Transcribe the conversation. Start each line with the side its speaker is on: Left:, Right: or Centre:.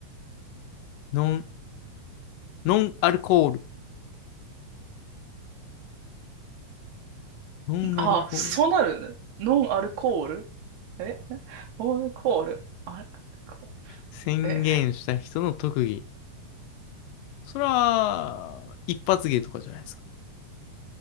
Left: ノン、ノンアルコール。ノンアルコール。
Right: あ、そうなるノンアルコールえアルコールあれアルコー
Left: 宣言した人の特技。
Right: ルえ
Left: それは、一発芸とかじゃないですか。